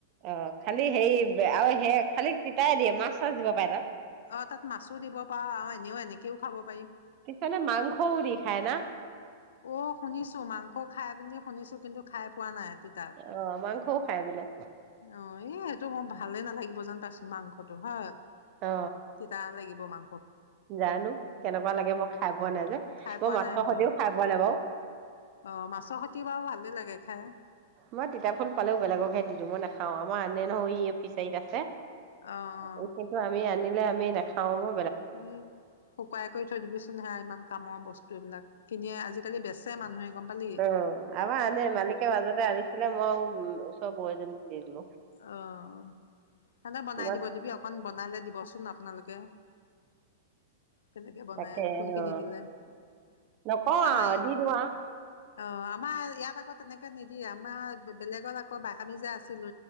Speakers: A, on the right; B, on the left.
A: অ খালি সেই আৰু সেই খালি তিতাই দিয়ে মাছ চাছ দিব পাৰে তাত
B: অ তাত মাছো দিব পাৰা আৰু এনেও এনেকেও খাব প
A: কিছুমানে মাংসও দি খায় না
B: অ শুনিছো মাংস খাই বুলি শুনিছো কিন্তু খাই পোৱা নাই তিতাত
A: অ মাংসও খাই বোলে
B: অ এ এইটো মই ভালে নালাগিব যেন পাছো মাংস ফ হয়
A: অ
B: তিতা লাগিব বমা,
A: জানো কেনেকুৱা লাগে মই খাই পোৱা নাই যে,
B: খাই
A: মই
B: পোৱা
A: মাছৰ
B: নাই ময়ো,
A: সৈতেও খাই পোৱা নাই বাৰু
B: অ ', মাছৰ হতি বাৰু ভালেই লাগে খাই।
A: মই তিতা ফুল পালেও বেলেগকহে দি দেও মই নাখাও আমাৰ আনে নহয় ই, ' অ', ফিচাৰীত আছে।
B: অ',
A: এই কিন্তু আমি আনি, মানে আমি নাখাও মো,
B: উম্ শুকাই কৰি থৈ দিবিচোন সেয়া ইমান কামৰ বস্তু এইবিলাক। খিনিয়ে আজিকালি বেচে মানুহে, গম পালি।
A: অ', আমাৰ আনে মালিকে মাজতে আনিছিলে মই, উম', উচৰৰ বৌ এজনীক দি দিব।
B: অ', মানে বনাই
A: মই
B: দিব দিবি, অকন বনালে দিবচোন আপোনালোকে, কে, তেনেকে বনাই
A: তাকে
B: ফুল খিনি
A: অ
B: দিলে,,
A: নকওঁ
B: আমাৰ
A: আৰু দি দিওঁ আৰু
B: অ', আমাৰ ইয়াত আকৌ, তেনেকে নিদিয়ে আমাৰ বেলেগত আকৌ বাহি, 'আমি যে আছিলো,